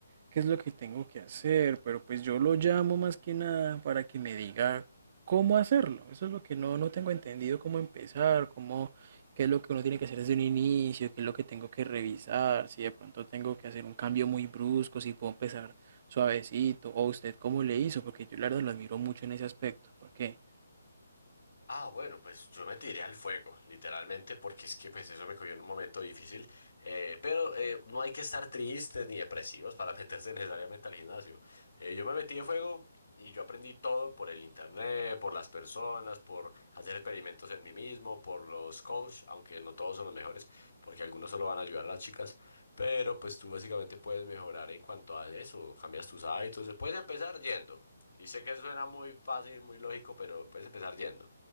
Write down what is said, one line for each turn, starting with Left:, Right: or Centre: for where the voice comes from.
Right: qué es lo que tengo que hacer, pero pues yo lo llamo más que nada para que me diga cómo hacerlo. Eso es lo que no, no tengo entendido, cómo empezar, cómo, qué es lo que uno tiene que hacer desde un inicio, qué es lo que tengo que revisar, si de pronto tengo que hacer un cambio muy brusco, si puedo empezar suavecito, o usted cómo le hizo, porque yo la verdad lo admiro mucho en ese aspecto. ¿Por qué?
Left: Ah, bueno, pues yo me tiré al fuego, literalmente, porque es que pues eso me cogió en un momento difícil. Eh, pero eh, no hay que estar tristes ni depresivos para <laughs> meterse necesariamente al gimnasio. Eh, yo me metí de fuego y yo aprendí todo por el internet, por las personas, por hacer experimentos en mí mismo, por los coaches, aunque no todos son los mejores, porque algunos solo van a ayudar a las chicas. Pero pues tú básicamente puedes mejorar en cuanto a eso, cambias tus hábitos, puedes empezar yendo. Y sé que suena muy fácil, muy lógico, pero puedes empezar yendo.